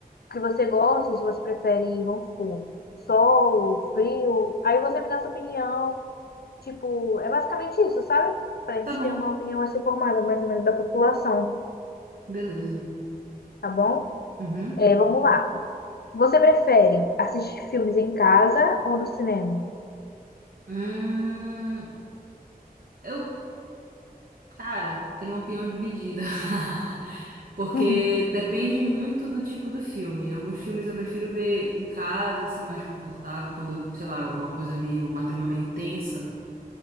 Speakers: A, on the left; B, on the right.
A: o que você gosta, se você prefere, vamos supor, sol, frio. Aí você me dá sua opinião. Tipo, é basicamente isso, sabe? Pra gente
B: Tá bom.
A: ter uma opinião assim formada, mais ou menos, da população,
B: beleza.
A: tá bom?
B: Uhum.
A: É, vamos lá. Você prefere assistir filmes em casa ou no cinema?
B: Hum, eu, cara, tenho uma opinião dividida. <laughs> Porque
A: <laughs>
B: depende muito do tipo do filme. Alguns filmes eu prefiro ver em casa, assim, mais confortável, quando, eu, sei lá, alguma coisa meio, uma trama meio tensa.